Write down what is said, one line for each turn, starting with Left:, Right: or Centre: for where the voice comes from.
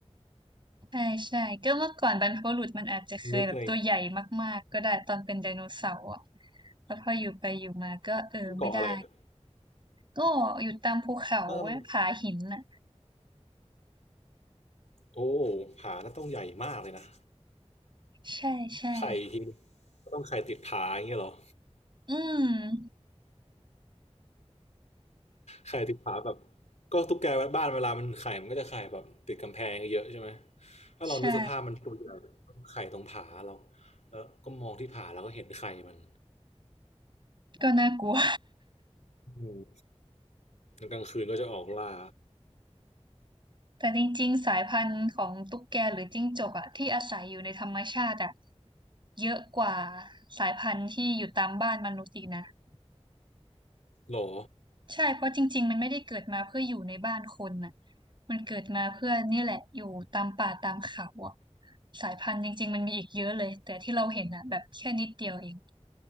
Right: ใช่ใช่ก็เมื่อก่อนบรรพบุรุษมันอาจจะเคยแบบตัวใหญ่มากๆก็ได้ตอนเป็นไดโนเสาร์อะ
Left: <laughs> นึกใน
Right: แล้วพออยู่ไปอยู่มาก็เออไม่ได้
Left: เกาะอะไรอะ
Right: ก็อยู่ตามภูเขาไว้ผาหินน่ะ
Left: แล้วถ้ามันโอ้ผาน่าต้องใหญ่มากเลยนะ
Right: ใช่ใช่
Left: ไข่ทีก็ต้องไข่ติดผาอย่างเงี้ยเหรอ
Right: อืม
Left: ไข่ติดผาแบบก็ตุ๊กแกบ้านเวลามันไข่มันก็จะไข่แบบติดกำแพงเยอะใช่ไหมถ้าลองนึกสภาพมันตัวใหญ่
Right: ใช่
Left: ไข่ตรงผาเราแล้วก็มองที่ผาแล้วก็เห็นไข่มัน
Right: ก็น่ากลัว
Left: อืมกลางคืนก็จะออกล่า
Right: แต่จริงๆสายพันธุ์ของตุ๊กแกหรือจิ้งจกอะที่อาศัยอยู่ในธรรมชาติอะเยอะกว่าสายพันธุ์ที่อยู่ตามบ้านมนุษย์อีกนะ
Left: หรอ
Right: ใช่ เพราะจริงๆมันไม่ได้เกิดมาเพื่ออยู่ในบ้านคนน่ะมันเกิดมาเพื่อนี่แหละอยู่ตามป่าตามเขาอ่ะสายพันธุ์จริงๆมันมีอีกเยอะเลย แต่ที่เราเห็นอ่ะแบบแค่นิดเดียวเอง